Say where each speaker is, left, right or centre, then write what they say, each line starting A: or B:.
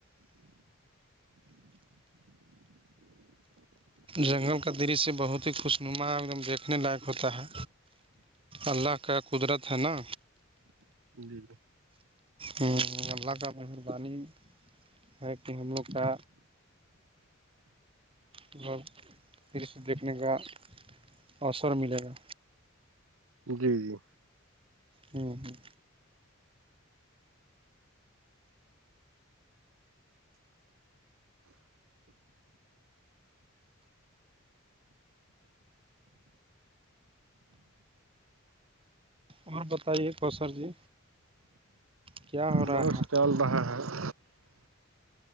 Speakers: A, on the right; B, on the right.
A: جنگل کا درشیہ بہت ہی خوشنما ایک دم دیکھنے لائق ہوتا ہے اللہ
B: جی
A: کا قدرت ہے نا
B: جی
A: ہ اللہگا مر بانی ہے کہ ہم لو کا مطلب دری سے دیکھنے کا اوثر ملے گا
B: جی جی
A: ہوں ہوں اور بتائیے کوسر جی کیا ہو رہا
B: بس
A: ہے
B: چل رہا ہے